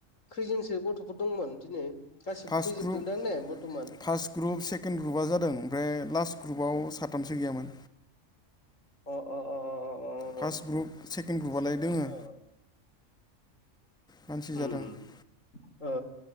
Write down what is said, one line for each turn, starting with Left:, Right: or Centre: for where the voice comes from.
Left: खैजोनसो गथ'फोर दंमोन दिनै गासिबो
Centre: फार्स्ट
Left: फैजोबदोंदां
Centre: ग्रुप
Left: ने बरथ'मान?
Centre: फार्स्ट ग्रुप सेकेण्ड ग्रुपआ जादों ओमफ्राय लास्ट ग्रुपआव साथामसो गैयामोन।
Left: अ अ अ अ
Centre: फार्स्ट
Left: बिदिसो
Centre: ग्रुप सेकेण्ड ग्रुपआलाय
Left: जादों
Centre: दोङो
Left: आरो
Centre: मानसि
Left: न' ओम
Centre: जादों
Left: ओ